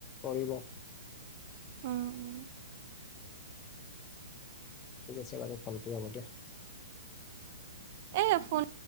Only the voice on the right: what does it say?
অ অ
এ ফোন